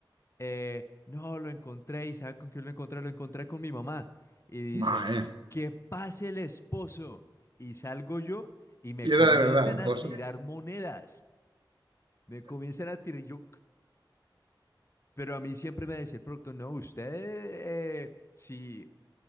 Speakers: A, on the left; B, on the right.
A: eh, no, lo encontré y ¿sabe con quién lo encontré? Lo encontré con mi mamá. Y dicen,
B: No, eh.
A: que pase el esposo. Y salgo yo y me
B: Y era
A: comienzan
B: de verdad, el pozo.
A: a tirar monedas. Me comienzan a tirar, yo, pero a mí siempre me decía el productor, no, usted, eh, si